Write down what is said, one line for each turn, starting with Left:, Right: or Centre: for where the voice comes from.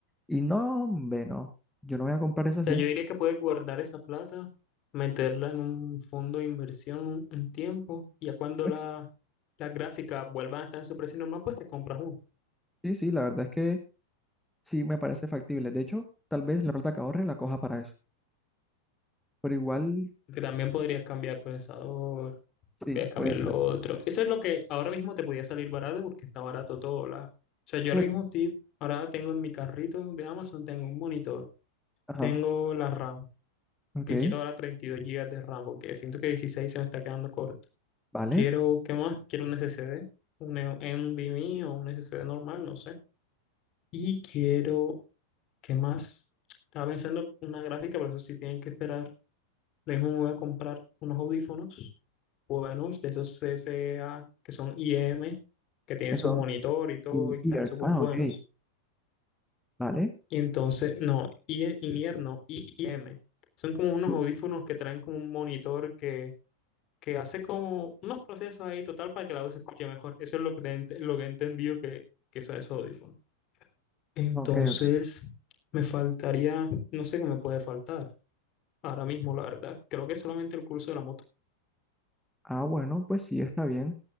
Centre: Y no, hombre, no, yo no voy a comprar eso así.
Left: sea, yo diría que puedes guardar esa plata, meterla en un fondo de inversión un, un tiempo, y ya cuando
Centre: Pues
Left: la,
Centre: sí,
Left: las gráficas vuelvan a estar en su precio normal, pues te compras uno.
Centre: sí, sí, la verdad es que sí me parece factible. De hecho, tal vez la plata que ahorre la coja para eso. Pero igual,
Left: Que también podrías cambiar el procesador
Centre: sí,
Left: voy a cambiar
Centre: puede
Left: lo
Centre: ser.
Left: otro. Eso es lo que ahora mismo te podía salir barato porque está barato todo. La... O sea, yo
Centre: Sí,
Left: ahora mismo estoy, ahora tengo en mi carrito de Amazon, tengo un monitor,
Centre: Ajá,
Left: tengo la RAM,
Centre: ok,
Left: que quiero ahora 32 gigas de RAM porque siento que 16 se me está quedando corto.
Centre: vale.
Left: Quiero, ¿qué más? Quiero un SSD, un E- NVMe o un SSD normal, no sé. Y quiero, ¿qué más? Estaba pensando una gráfica, pero eso sí tienen que esperar. Lo mismo me voy a comprar unos audífonos buenos, de esos C C A que son I M que tienen
Centre: Eso
Left: su monitor y todo,
Centre: In
Left: y están
Centre: ear.
Left: súper
Centre: Ah,
Left: buenos.
Centre: ok. Vale.
Left: Y entonces, no, I- INEAR no, I M Son como unos
Centre: Y-
Left: audífonos que traen como un monitor que, que hace como unos procesos ahí total para que la voz se escuche mejor. Eso es lo que, te ent- lo que he entendido que, que son esos audífonos. Entonces,
Centre: Ok, ok.
Left: me faltaría, no sé qué me puede faltar ahora mismo, la verdad. Creo que solamente el curso de la moto.
Centre: Ah, bueno, pues sí, está bien.